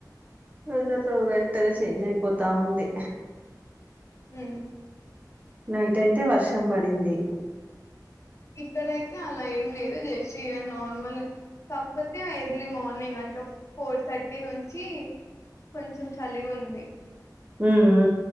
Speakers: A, on the right (about 20°); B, on the left (about 40°).
A: వెదరు వెంటనే చేంజ్ అయిపోతా ఉంది
B: ఉ
A: నైట్ అయితే వర్షం పడింది
B: ఇక్కడైతే అలా ఏం లేదు జస్ట్ ఇక నార్మల్ కాకపోతే ఎర్లీ మార్నింగ్ అట్లా ఫోర్ థర్టీ నుంచి కొంచెం చలిగుంది
A: ఉ ఉ